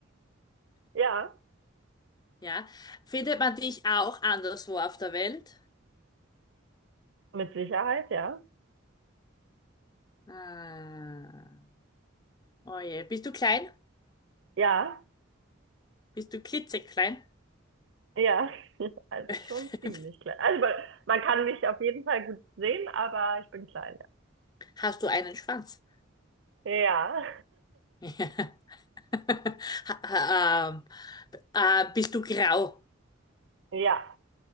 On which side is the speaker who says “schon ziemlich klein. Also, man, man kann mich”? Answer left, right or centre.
Right